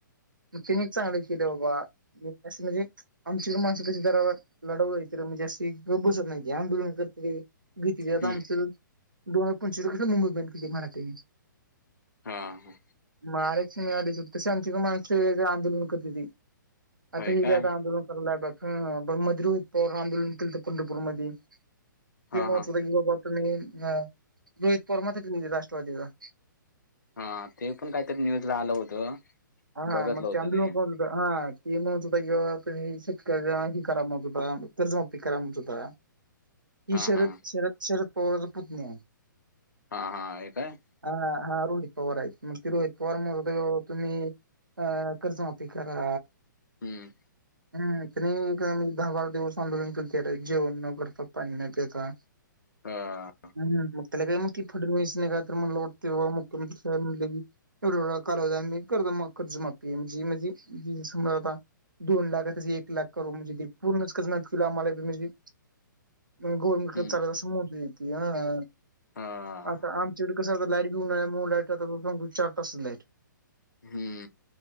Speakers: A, on the right; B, on the left.
A: फिन चांगली किले बाबा म म्हणजे आमच्याकडडे माणसिकच्या दरावर लढवलं तर म्हणजे अस गप बसत नाही आंदोलन करते. घेत आता
B: हम्म
A: आमच दोन हजार पंचावीस क मुंबई बली मराठी
B: हा हा
A: मार सिंग या दिस. तसे आमची का माणस वेगळे आंदोलनक होत होती आता
B: होय
A: ह
B: काय
A: ब आता आंदोलन ह मजर प आंदोलन केलं पंढरपूर मध्ये ते
B: हा
A: महत्व
B: हा
A: की बाबा तुमही अ रोहित परर्मालेली राष्ट्रवादीला
B: हा ते पण काहीतरी न्यूजला आलं होतं.
A: हा हा
B: बघितलं
A: मे
B: होतं
A: अंद्र.
B: ते
A: हा की म्हण होता किंवा शेतक ह करा म्हण होता कर्जमाती करा म्हणत होता. ही
B: हा
A: शरद
B: हा
A: शरद शरद पवारचा पुत्नी आहे.
B: हा हा हे काय?
A: हा हा रोहित पवार आहेत मग ते रोहित पवार म्ह तुम्ही अ कर्जुमाप करा.
B: हम्म.
A: हम् नाही दहा बारा दिवस आंदोलन केलंर जेवण न करता पाणी न प्याता <unintelligible>
B: हा.
A: ह मग त्याला काय मग ती फडणवीस नाही का तर मला वाटत मुख्यमंत्री साहेब म्हणले की एवढं एढ कालव मी कर्ज कर्जमाफी म्हणजे म्हणजे समजता. दोन लाखा त्या एक लाख करू म्हणजे ते पूर्णच कजमला आम्हाला म्हणजे म गोोलमत
B: हं,
A: <unintelligible> चालतसं मोज येते ह.
B: हां,
A: आता आमच्याकड कसं आ लाईट बिऊ न म लाईट सग चार तासच लाईट
B: हम्म.